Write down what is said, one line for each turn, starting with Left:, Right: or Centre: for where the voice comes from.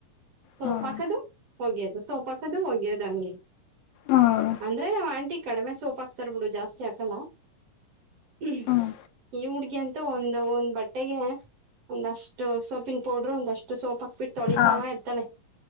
Right: ಸೋಪ್
Left: ಹ್ಮ್
Right: ಹಾಕದು. ಒಗ್ಯೋದು ಸೋಪ್ ಹಾಕದು ಒಗ್ಯೋದು ಹಂಗೆ
Left: ಹ್ಮ್
Right: ಅಂದ್ರೆ ಆವ್ ಆಂಟಿ ಕಡಿಮೆ ಸೋಪಾ ತರ್ ಬಿಡು ಜಾಸ್ತಿ ಹಕಲ್ಲ. ಮ್
Left: ಹ್ಮ್
Right: ಈ ಹುಡ್ಗಿ ಅಂತೂ ಒಂದು ಒಂದ್ ಬಟ್ಟೆಗೆ. ಒಂದಷ್ಟು ಸೋಪಿಂಗ ಪೌಡರು ಒಂದಷ್ಟು ಸೋಪ್ ಹಾಕ್ಬಿಟ್ಟು ತೊಳಿತಾ
Left: ಹ
Right: ಇರ್ತಾಳೆ.